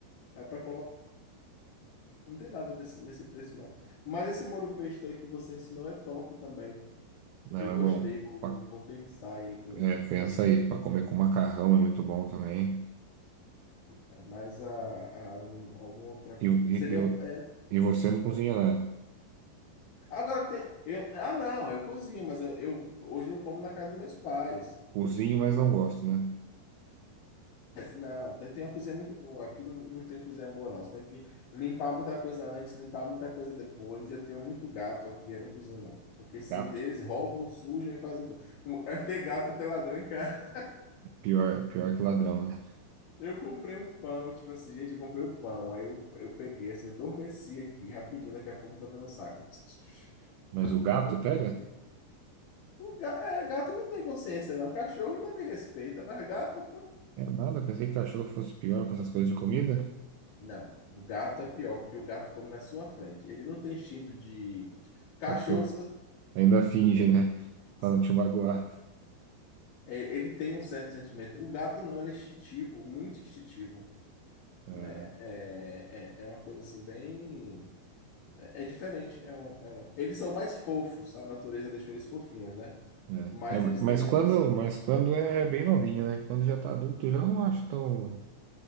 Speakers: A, on the left; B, on the right.
A: Aí para Não tem nada desse, nesse preço, não. Mas esse molho pesto aí que você ensinou é top também.
B: Não,
A: Eu
B: é
A: gostei,
B: bom.
A: vou,
B: Fa-
A: vou- vou pensar em, em,
B: É, pensa
A: em alguma,
B: aí, pra comer com macarrão é muito bom também.
A: é, mais a, a, hum, alguma outra.
B: E, e,
A: Seria.
B: e, vo-
A: é,
B: e você não cozinha nada.
A: Agora tem. Eu, ah, não, eu cozinho, mas eu, eu- hoje eu como na casa dos meus pais.
B: Cozinho, mas não gosto, né?
A: Mas Não, tem, tem uma cozinha muito boa. Aqui não, não tem cozinha boa, não. Você tem que limpar muita coisa antes, limpar muita coisa depois. E Eu tenho muito gato aqui, eu não cozinho, não. Porque se
B: Gato,
A: eles, eles roubam, sujam e fazem tudo. Tem gato e tem ladrão em casa.
B: pior, pior que ladrão, né?
A: Eu comprei um pão, tipo assim, gente, eu comprei um pão. Aí eu, eu peguei, assim, adormeci aqui rapidinho, daqui a pouco eu tô vendo um saco. <tsk>
B: Mas o gato
A: Quando eu fui.
B: pega?
A: O ga- é, gato não tem consciência, não. Cachorro ainda me respeita, mas gato. pô.
B: É nada, pensei que cachorro fosse pior para essas coisas de comida.
A: Não, o gato é pior, porque o gato come na sua frente. Ele não tem instinto de. Cachorro,
B: Cachorro
A: se você
B: ainda finge, né?
A: passar.
B: Pra não te magoar.
A: É, Ele tem um certo sentimento. O gato não, ele é instintivo, muito instintivo,
B: É,
A: né? É, é, é uma coisa assim, bem. É, é diferente. É um, é um- Eles são mais fofos, a natureza deixou eles fofinhos, né?
B: né?
A: Mas
B: É, ma-
A: eles
B: mas
A: têm menos,
B: quando,
A: menos
B: mas quando é
A: poder.
B: bem novinho, né? Quando já tá adulto, já não acho tão.